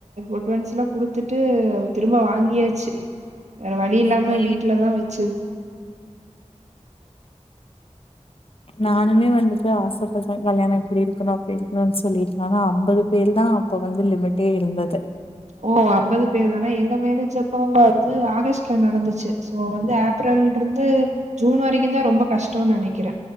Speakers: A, on the right (about 70°); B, on the left (about 50°).
A: அட்வான்ஸ்லா குடுத்துட்டு திரும்ப வாங்கியாச்சு வேற வழி
B: சரிங்க
A: இல்லாம வீட்லதா வெச்சுது
B: நானுமே வந்துட்டு ஆசப்பட்ட கல்யாணம் எப்டி இருக்கணு அப்டி இருக்கணுனு சொல்லிட்டு ஆனா அம்பது பேரு தா அப்ப வந்து லிமிட்டே இருந்தது
A: ஓ அம்பது பேர் தானா எங்க மேலேஜ அப்போ வந்து ஆகஸ்ட்ல நடந்துச்சு சோ வந்து ஏப்ரல் இருந்து ஜூன் வரைக்கு தா ரொம்ப கஷ்டோனு நெனைக்கிற